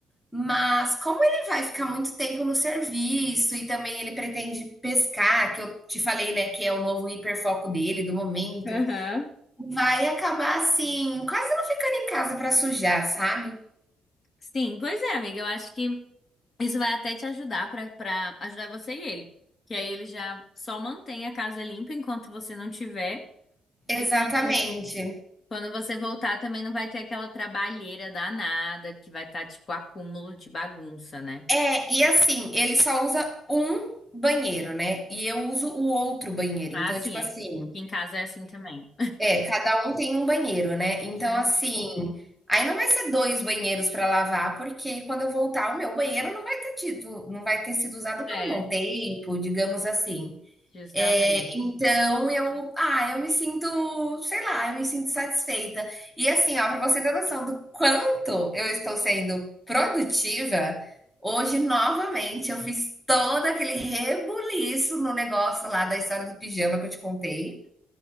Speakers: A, in the centre; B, on the left (about 40°).
A: mas como ele vai ficar muito tempo no serviço e também ele pretende pescar, que eu te falei, né, que é o novo hiperfoco dele do momento,
B: Aham.
A: vai acabar assim, quase não ficando em casa para sujar, sabe?
B: Sim, pois é, amiga. Eu acho que Isso vai até te ajudar pra para ajudar você e ele. Que aí ele já só mantém a casa limpa enquanto você não tiver.
A: Exatamente.
B: E quando, quando você voltar também não vai ter aquela trabalheira danada que vai estar tipo acúmulo de bagunça, né?
A: É, e assim, ele só usa um banheiro, né? E eu uso o outro banheiro.
B: Ah,
A: Então,
B: sim,
A: tipo
B: é.
A: assim,
B: Aqui em casa é assim também.
A: É, cada um tem um banheiro, né. Então,
B: <laughs>
A: assim, aí não vai ser 2 banheiros para lavar, porque quando eu voltar o meu banheiro não vai ter tido não vai ter sido usado por
B: É,
A: um bom tempo, digamos assim.
B: justamente.
A: Eh, então eu ah, eu me sinto, sei lá, eu me sinto satisfeita. E assim, ó, para você ter noção do quanto eu estou sendo produtiva, hoje novamente eu fiz todo aquele rebuliço no negócio lá da história do pijama que eu te contei.